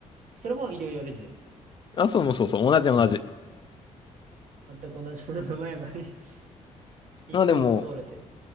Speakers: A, on the right (about 70°); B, on the left (about 35°).
A: それも医療用レジン。
B: う。あ、そうもそうそう、同じ同じ。
A: 全く同じものが前歯に <laughs> 一本ずつ折れて。
B: まあでも、